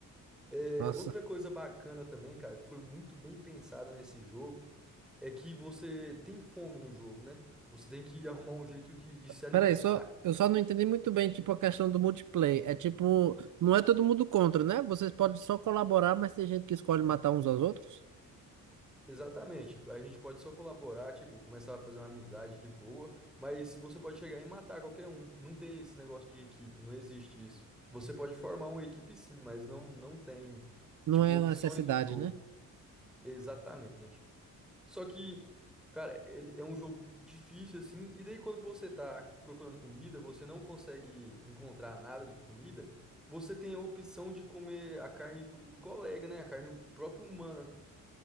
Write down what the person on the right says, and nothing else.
Nossa.
Peraí, só, eu só não entendi muito bem, tipo, a questão do multiplayer. É tipo, não é todo mundo contra, né? Vocês podem só colaborar, mas tem gente que escolhe matar uns aos outros.
Não
é
uma necessidade,
né?